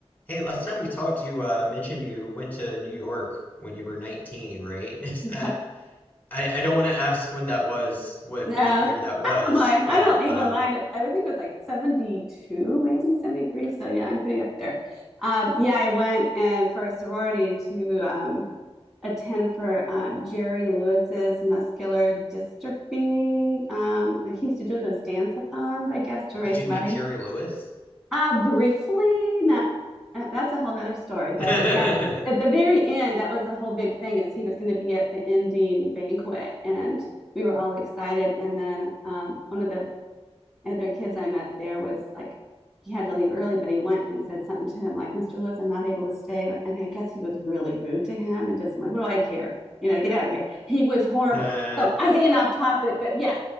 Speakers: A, on the left; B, in the centre.
A: Hey, last time we talked, you uh, mentioned you went to New York when you were 19, right? <laughs> Is
B: <laughs>
A: that
B: Right.
A: I, I don't want to ask when that was, what
B: No,
A: what
B: I
A: year that was,
B: don't mind.
A: but
B: I don't even
A: um,
B: mind it. I would think it was like 72, maybe 73. So yeah, I'm pretty up there. Um, yeah, I went uh, for a sorority to um, attend for uh, Jerry Lewis's muscular dystrophy. Um, he used to do those dance-a-thons, I guess, to raise
A: did you
B: money.
A: meet Jerry Lewis?
B: Uh, briefly, not uh, that's a whole nother story, but
A: <laughs>
B: yeah, at the very end, that was the whole big thing is he was going to be at the ending banquet and we were all excited. And then um, one of the other kids I met there was like he had to leave early, but he went and said something to him like, Mr. Lewis, I'm not able to stay. And I guess he was really rude to him and just like, what do I care? You know, get out of here. He was horrible.
A: Uh,
B: So I'm getting off topic, but yes,